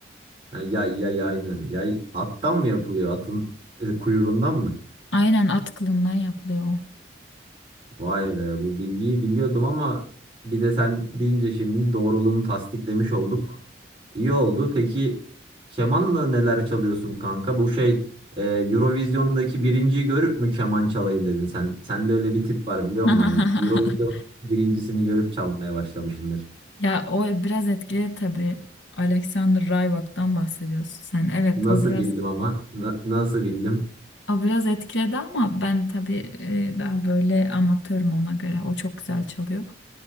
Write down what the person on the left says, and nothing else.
Aynen at kılından yapılıyor o.
<laughs>
Ya o biraz etkili tabii. Alexander Rybak'tan bahsediyorsun sen. Evet
o biraz
O biraz etkiledi ama ben tabii e, daha böyle amatörüm ona göre. O çok güzel çalıyor.